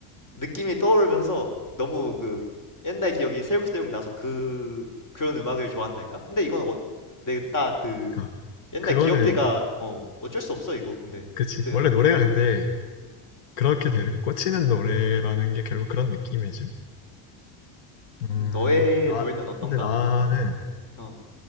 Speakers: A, on the left; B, on the left.
A: 느낌이 떠오르면서 너무 그 옛날 기억이 새록새록 나서 그 그런 음악을 좋아한달까? 근데 이건 어, 내딱그
B: 그러니까
A: 옛날
B: 그거는
A: 기억들과 어 어쩔 수 없어 이거 근데
B: 그치.
A: 그,
B: 원래 노래가
A: 어
B: 근데 그렇게 되는 꽂히는 노래라는 게 결국 그런 느낌이지. 뭐. 음.
A: 너의
B: 나
A: 노래는 어떤가?
B: 근데 나는
A: 어.